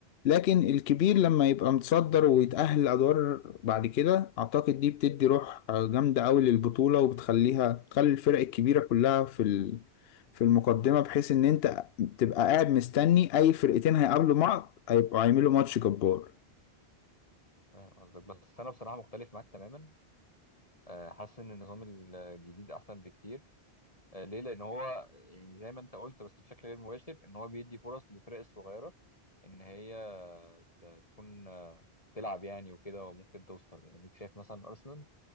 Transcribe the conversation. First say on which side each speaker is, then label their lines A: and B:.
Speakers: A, on the left (about 70°); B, on the left (about 35°).
A: لكن الكبير لما يبقى متصدر ويتأهل أدوار بعد كده أعتقد دي بتدي روح جامدة أوي للبطولة وبتخليها تخلي الفرق الكبيرة كلها في ال... في المقدمة بحيث إن أنت تبقى قاعد مستني أي فرقتين هيقابلوا بعض هيبقوا هيعملوا ماتش جبار
B: فاهم قصدك بس أنا بصراحة مختلف معاك تماما أه حاسس إن النظام الجديد أحسن بكتير أه ليه؟ لأن هو يعني زي ما أنت قلت بس بشكل غير مباشر إن هو بيدي فرص للفرق الصغيرة إن هي ت- تكون تلعب يعني وكده وممكن توصل يعني شايف مثلا أرسنال